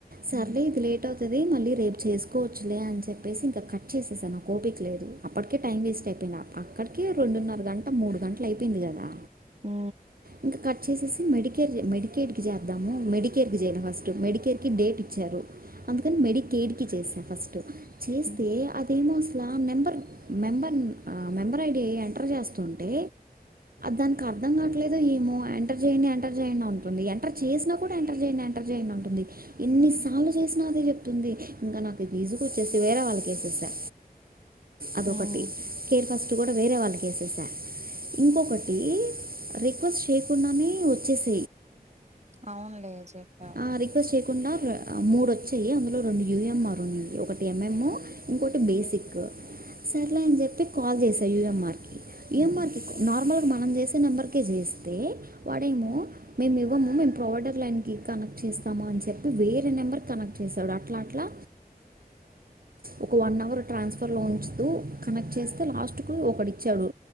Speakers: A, on the right; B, on the right.
A: హ్మ్.
B: సర్లే ఇదిలేట్ కట్ అవుతుంది మళ్ళీ రేపు చేసుకోవచ్చులే అని చెప్పేసి ఇంకా కట్ చేసేసా నాకు ఓపిక లేదు అప్పటికే టైం వేస్ట్ అయిపోయింది అక్కడికే రెండున్నర గంటల మూడు గంటలు అయిపోయింది కదా
A: ఆ
B: ఇంకా కట్ చేసేసి మెడికే మెడి కి చేద్దాము మెడికేర్ క చేయలే ఫస్ట్ మెడికేర్ కి డేట్ ఇచ్చారు అందుకని మెడికేడ్ కి చేసా ఫస్ట్ చేస్తే
A: హ్మ్.
B: అదేమో అసలా member member member ID enter చేస్తుంటే దానికి అర్థం కావట్లేదు ఏమో ఎంటర్ చేయండి ఎంటర్ చేయండి అ ఎంటర్ చేసినా కూడా ఎంటర్ చేయండి ఎంటర్ చేయండి అంటుంది ఎన్నిసార్లు చేసినా అదే చెప్తుంది ఇంకా నాకు విసుగు వచ్చేసి వేరే వాళ్ళకిచేసా అదొకటి
A: హ్మ్.
B: కేర్ ఫస్ట్ గు వేరే వాళ్ళ కేసేసా ఇంకొకటి రిక్వెస్ట్ చేయకుండానే వచ్చేస్
A: అవునులే చెప్పావ్
B: ఆ, రిక్వెస్ట్ మూడు వచ్చాయి అందులో రెండు యూఎంఆర్ ఉన్నాయి ఒకటి ఎంఎంఓ ఇంకోటి బేసిక్ సర్లే అని చెప్పి కాల్ చేసా యూఎంఆర్కి యూఎంఆర్కి నార్మల్గా మనం చేసే నెంబర్కే చేస్తే వాడేమో మేము ఇవ్వము మేము ప్రొవైడర్ లైన్కి కనెక్ట్ చేస్తాము అని చెప్పి వేరే నెంబర్ కనెక్ట్ చేశాడు అట్లా అట్లా ఒక వన్ అవర్ ట్రాన్స్ఫర్లో ఉంచుతూ కనెక్ట్ చేస్తే లాస్ట్కు ఒకటి ఇచ్చాడు